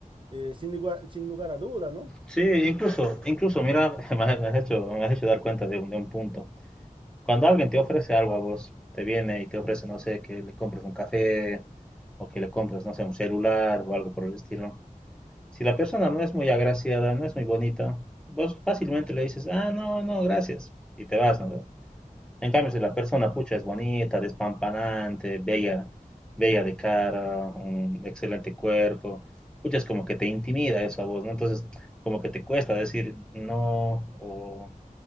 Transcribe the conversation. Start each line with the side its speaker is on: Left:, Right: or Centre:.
Right: eh, sin, igua- sin lugar a duda, ¿no?
Centre: Sí, incluso, incluso, mira, <laughs> me has hecho, me has hecho dar cuenta de un, de un punto. Cuando alguien te ofrece algo a vos, te viene y te ofrece, no sé, que le compres un café o que le compres, no sé, un celular o algo por el estilo. Si la persona no es muy agraciada, no es muy bonita, vos fácilmente le dices, ah, no, no, gracias, y te vas, ¿no? En cambio, si la persona, pucha, es bonita, despampanante, bella, bella de cara, un excelente cuerpo, pucha, es como que te intimida eso a vos, ¿no? Entonces, como que te cuesta decir no, o,